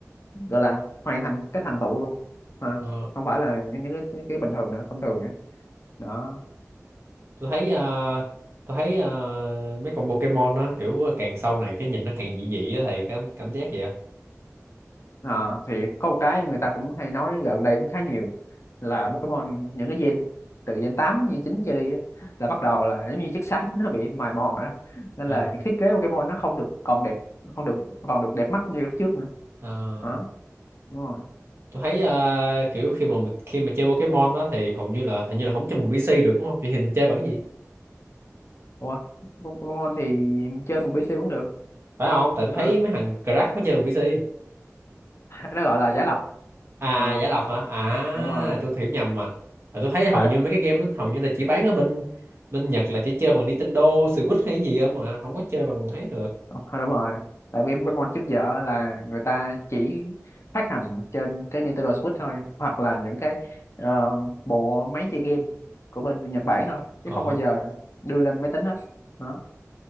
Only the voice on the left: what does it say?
gọi là hoàn thành cái thành tựu luôn à,
không phải là những những cái, những cái bình thường nữa thông thường nữa đó
Ờ, thì có một cái người ta cũng hay nói gần đây cũng khá nhiều là Pokemon những cái gen từ gen 8, gen 9 trở đi á, là bắt đầu là giống như chất xám nó bị mài mòn rồi đó nên
là những thiết kế Pokemon nó không được còn đẹp không được còn được đẹp mắt như lúc trước nữa
đó Đúng rồi.
Ủa, Pokemon thì chơi bằng PC vẫn được.
Hả?
Nó gọi là giả lập.
Ờ,
đúng rồi.
Tại
ờ, đúng rồi. Tại game Pokemon trước giờ là người ta chỉ phát hành trên cái Nintendo Switch thôi hoặc là những cái ờ, bộ máy chơi game của bên Nhật Bản thôi
chứ không bao giờ đưa lên máy tính hết. Đó.